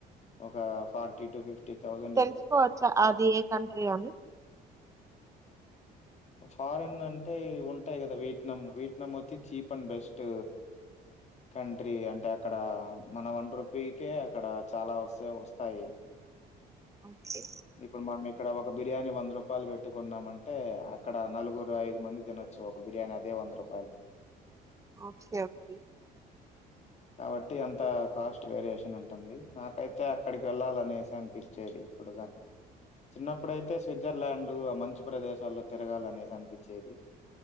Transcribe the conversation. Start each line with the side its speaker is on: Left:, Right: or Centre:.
Left: ఒక ఫార్టీ టు ఫిఫ్టీ థౌజండ్
Right: తెలుసుకోవచ్చా అది ఏ కంట్రీ అని
Left: ఫారెన్ అంటే ఉంటాయి కదా వీట్నం వీట్నం వచ్చి చీప్ అండ్ బెస్ట్ కంట్రీ అంటే అక్కడ మన వన్ రూపీకే అక్కడ చాలా వస్త వస్తాయి
Right: ఓకే
Left: ఇప్పుడు మనం ఇక్కడ ఒక బిర్యానీ వంద రూపాయలు పెట్టి కోన్నము అంటే అ క్కడ నలుగురు ఐదు మంది తినొచ్చు ఒక బిర్యానీ అదే వందరు
Right: ఓకే ఓకే
Left: కాబట్టి అంతా కాస్ట్ వేరియేషన్ ఉంటుంది నాకైతే అక్కడికి వెళ్ళాలనేసి అనిపిచ్చేది ఇ ప్పుడు గాని చిన్నప్పుడైతే స్విట్జర్లాండ్ ఆ మంచు ప్రదేశాలో తిరగాలనేసి అనిపిచేది